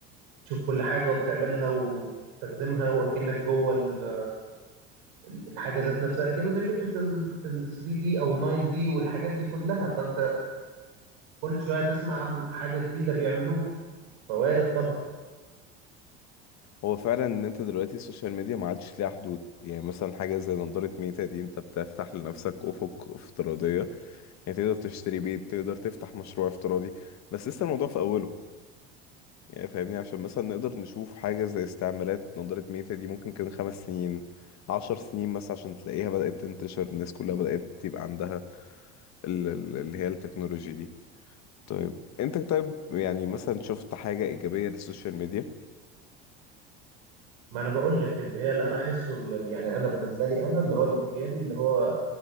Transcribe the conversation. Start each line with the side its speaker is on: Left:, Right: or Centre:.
Right: تشوف كل حاجه وبتعملها وتخدمها واكنك جوه ال... ال- الحاجه ذات نفسها كأنه زي فكره ال ال 3 دي او ال 9 دي والحاجات دي كلها فانت كل شويه تسمع عن حاجه جديده بيعملوها فوارد طبعا
Left: هو فعلا ان انت دلوقتي السوشيال ميديا ما عادش ليها حدود يعني مثلا حاجه زي نضاره ميتا دي انت بتفتح لنفسك افق افتراضيه يعني تقدر تشتري بيت تقدر تفتح مشروع افتراضي بس لسه الموضوع في اوله يعني فاهمني عشان مثلا نقدر نشوف حاجه زي استعمالات نضاره ميتا دي ممكن كمان خمس سنين عشر سنين مثلا عشان تلاقيها بدأت تنتشر الناس كلها بدأت يبقى عندها ال- ال- اللي هي التكنولوجي دي طيب انت طيب يعني مثلا شفت حاجة إيجابية للسوشيال ميديا؟
Right: ما انا بقول لك اللي هي اللي انا احسه ال- يعني انا بالنسبه لي انا اللي هو الايجابي اللي هو